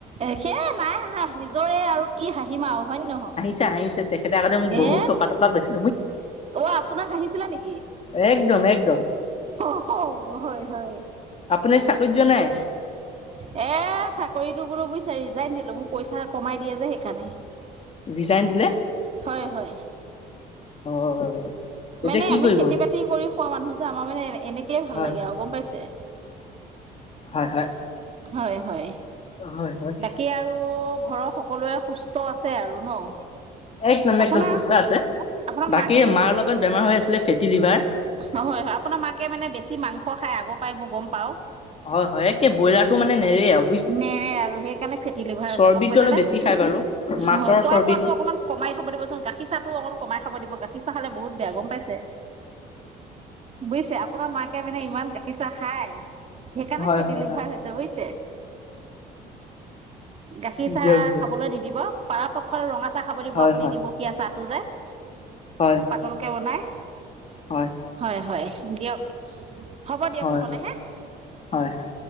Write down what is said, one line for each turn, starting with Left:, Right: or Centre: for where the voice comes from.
Right: এ সেই নাই হাহাঁ, নিজৰে আৰু কি হাঁহিম আৰু হয় নে নহয়।
Left: চা হাহিছে তেখেতে আগতে মোক বহুত
Right: এ
Left: টপা টপা কৈছে।
Right: অ আপোনাক হাঁহিছিলে নেকি?
Left: একদম একদম।
Right: <unintelligible> হয়, হয়।
Left: আপুনি চাকৰিত যোৱা নাই?
Right: এ চাকৰিটো বোলো বুজিছা ৰিজাইন দিলো মোক পইচা কমাই দিয়ে যে সেইকাৰণে।
Left: ৰিজাইন দিলে,
Right: হয় হয়
Left: হয়। এতিয়া
Right: মানে
Left: কি
Right: আমি
Left: কৰিব
Right: খেতি-বাতি কৰি খোৱা মানুহ যে, আমাৰ মানে, এনেকৈয়ে ভাল
Left: হয়
Right: লাগে
Left: হয়
Right: আৰু গম পাইছে?
Left: হয় হয়
Right: হয়, হয়।
Left: হয় হয়
Right: বাকী আৰু আৰু ঘৰৰ সকলোৱে সুস্থ আছে আৰু ন।
Left: একদম
Right: আপোনাৰ
Left: একদম সুস্থ আছে,
Right: আপোনাৰ
Left: বাকী
Right: মাকে
Left: মাৰ অলপমান বেমাৰ হৈ আছিলে ফেটি লিভাৰ।
Right: নহয়হে আপোনাৰ মাকে মানে বেছি মাংস খায়, আগৰ পৰাই মই গম পাওঁ।
Left: হয় হয় একে ব্ৰইলাৰটো মানে নেৰেই আও।
Right: মানে আৰু সেইকাৰণে ফেটি লিভাৰ
Left: চৰ্বিটো
Right: আছে গম পাইছে
Left: অলপ
Right: নে,
Left: বেছি খাই বাৰু মাছৰ
Right: হয় খোৱা
Left: চৰ্বিটো
Right: বোৱটো অকমান কমাই খাব দিবচোন গাখীৰ চাহটো অকণ কমাই খাব দিব গাখীৰ চাহ খালে বহুত বেয়া গম পাইছে। বুজিছে আপোনাৰ মাকে মানে ইমান গাখীৰ চাহ খাই, সেইকাৰণে
Left: হয়
Right: ফেটি
Left: হয়
Right: লিভাৰ
Left: হয়
Right: হৈছে বুজিছে। গাখীৰ চাহ
Left: দিয়ক দিয়ক
Right: খাবলৈ নিদিব পাৰাপক্ষ ৰঙা চাহ খাব দিব
Left: হয়
Right: আপুনি
Left: হয়
Right: নিমখ এতিয়া চাহটো যে
Left: হয়।
Right: পাতলকে বনাই।
Left: হয়।
Right: হয়, হয় দিয়ক। হ'ব দিয়ক
Left: হয়
Right: নহ'লে হে
Left: হয় হয়।